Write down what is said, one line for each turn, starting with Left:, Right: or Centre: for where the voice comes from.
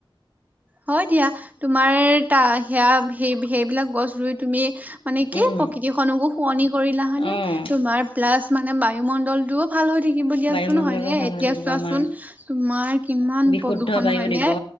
Right: হয় দিয়া, তোমাৰ তা সেয়া সেই-সেইবিলাক গছ ৰুই তুমি মানে কি
Left: উম,
Right: প্ৰকৃতি খনকো শুৱনি কৰিলা হয়নে,
Left: অ',
Right: তোমাৰ প্লাছ মানে বায়ুমণ্ডলটোও ভাল হৈ থাকিব দিয়াচোন
Left: বায়ুমণ্ডলো
Right: হয়নে এতিয়া
Left: ভাল হৈ থাকিব
Right: চোৱাচোন,
Left: আমাৰ,
Right: তোমাৰ কিমান
Left: বিশুদ্ধ
Right: প্ৰদূষণ
Left: বায়ু
Right: হয়নে?
Left: দিব,